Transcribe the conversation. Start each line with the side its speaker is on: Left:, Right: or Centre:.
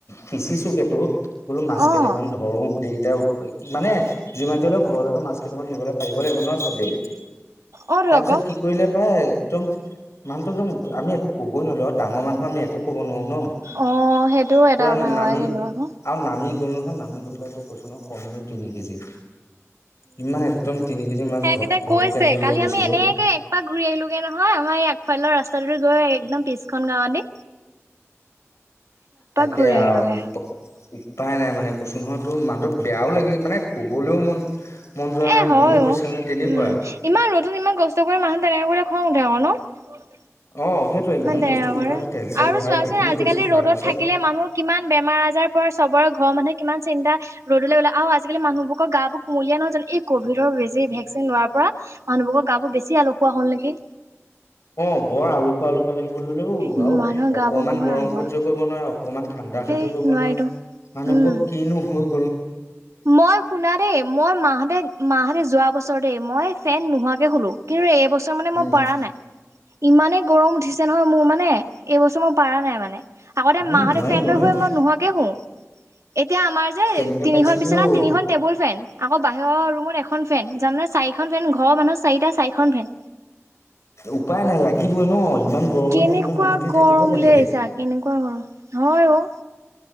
Left: সিঁচিছো সেইটো বোলো মাছে
Right: অ',
Left: কেইটামান ধৰো গোটেই কেইটা মানে যিমান যি হলেও ঘৰলেতো মাছ কেইমান নিবলে পাৰিব লাগিব ন চবেই
Right: অ', তো
Left: তাৰপিছত
Right: আকৌ।
Left: কি কৰিলে পাই একদম মানুহটো একদম আমি একো কবই নোৱাৰিলোঁ আৰু ডাঙৰ মানুহ আমি একো কব নোৱাৰো ন
Right: অ', সেইটোও এটা
Left: পুৰা
Right: কথা
Left: নামি
Right: হয় কিন্তু আকৌ।
Left: আৰু নামি গ'ল নহয় নামি গৈ পেলাই তোক কৈছ ন কম হলেও তিনি কেজি ইমান। তিনি কেজি মাছ
Right: হেগিতা
Left: ঘপ ঘপ
Right: কৈছে
Left: কেনেকে
Right: কালি
Left: লৈ গুচি
Right: আমি
Left: গ'ল
Right: এনেকে একপাক ঘূৰি আহিলোগে নহয় আমাৰ ইয়াত। ফাল লৰ ৰাস্তাটো গৈ একদম পিছখন গাওঁ দি।
Left: তাকে
Right: ঘূৰি আহিলোগে।
Left: আও প দি উপাই নাই মানে কৈছো নহয় তোৰ মানুহটো বেয়াও লাগি মানে ক'বলৈও মন। মন যোৱা নাই
Right: এ হয়
Left: মনো গৈছে
Right: অ
Left: মানে তেনেকুৱা
Right: উম ইমান ৰ'দ ইমান কষ্ট কৰে মানুহ। তেনেকে কৰিলে খং ওঠে আকৌ ন।
Left: অ সেইটোৱে
Right: ইমান তেনেকা
Left: কষ্ট কৰি
Right: কৰে
Left: পেলাই আমি তেল চেল
Right: আৰু
Left: ভৰাই
Right: চোৱাচোন
Left: সেইখিনি
Right: আজিকালি
Left: কৰিছো তাৰ
Right: ৰ'দত
Left: পিছত
Right: থাকিলে মানুহ কিমান বেমাৰ আজাৰৰ পৰা চব। ঘৰ মানুহে কিমান চিন্তা ৰদলৈ ওলা আ আজিকালি মানুহবোৰক গা বোৰ কুমলীয়া নহয় জানো। এই কভিডৰ বেজী ভেকচিন লোৱাৰ পৰা মানুহবোৰৰ গা বোৰ বেছি আলহুৱা হ'ল নিকি।
Left: অ বৰ আলসুৱা আলসু কেনেকুৱা লাগিব ললে ঔ
Right: উম
Left: আৰু
Right: মানুহৰ
Left: অকমান
Right: গাবোৰ বহুত
Left: গৰম
Right: আলসুৱা
Left: সহ্য কৰিব নোৱাৰে অকমান ঠাণ্ডা
Right: সেই
Left: সহ্য কৰিব
Right: নোৱাৰিতো
Left: নোৱাৰে। মানুহ
Right: উম
Left: বোক কিনো হল
Right: মই শুনা দেই মই মা হতে মা হঁতে যোৱা বছ- ছৰ দেই মই ফেন নোহোৱাকে শুলো কিন্তু এইবছৰ মানে মই
Left: উম
Right: পাৰা নাই। ইমানেই গৰম উঠিছে নহয় মোৰ মানে এই বছৰ মই পাৰা নাই মানে আগতে
Left: এই
Right: মা
Left: নোৱাৰি
Right: হতে ফেন
Left: নোৱাৰি
Right: লৈ শুৱে। মই নোহোৱাকে শু এতিয়া আমাৰ যে
Left: কেনেকে
Right: তিনিখন
Left: পাইছিলি
Right: বিছ
Left: অ
Right: তিনিখন টেবুল ফেন আকৌ বাহিৰৰ ৰুমত এখন ফেন জানে চাৰিখন ফেন ঘৰৰ মানুহৰ চাৰিটা চাৰিখন। বে
Left: উপায় নাই লাগিবই ন ইমান গৰমত
Right: কেনেকুৱা
Left: নহলে মানুহখিনি
Right: গৰম
Left: থাকিব কেনেকে
Right: বুলি ভাবিছা কেনেকুৱা গৰম হয় অ